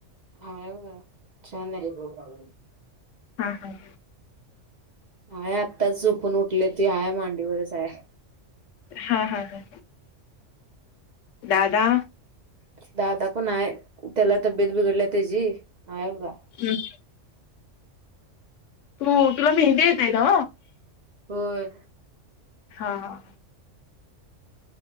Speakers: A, on the right; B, on the left.
A: हाय बघा, छान आहे.
B: हां हां.
A: हाय आत्ताच झोपून उठलया ती हाय मांडीवरच हाय.
B: हा हा हा, दादा.
A: दादा पण आहे, त्याला तब्येत बिघडली त्याची हाय बघा.
B: हम. तू तुला मेहंदी येतय ना.
A: होय.
B: हा हा.